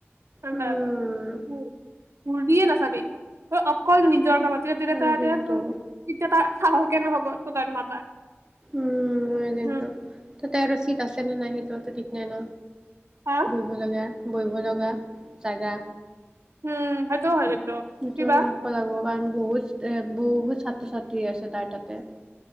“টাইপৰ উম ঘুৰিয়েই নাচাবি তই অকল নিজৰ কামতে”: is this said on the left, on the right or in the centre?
Right